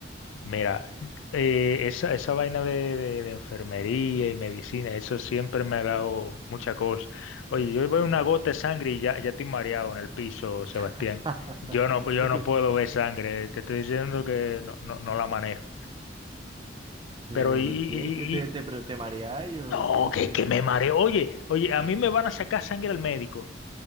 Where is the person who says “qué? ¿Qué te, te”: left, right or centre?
Right